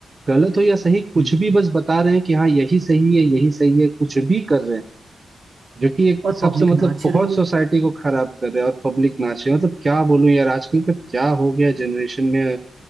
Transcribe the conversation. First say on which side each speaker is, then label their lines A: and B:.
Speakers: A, on the right; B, on the right.
A: गलत हो या सही कुछ
B: हम्म,
A: भी बस बता रहे हैं कि हाँ यही सही है यही सही है कुछ भी कर रहे हैं जो कि एक
B: और
A: हिसाब
B: पब्लिक
A: से मतलब
B: नाच
A: बहुत
B: रही है
A: सोसाइटी को खराब कर रहे हैं और पब्लिक नाच रही है मतलब क्या बोलूं यार आजकल का क्या हो गया जनरेशन में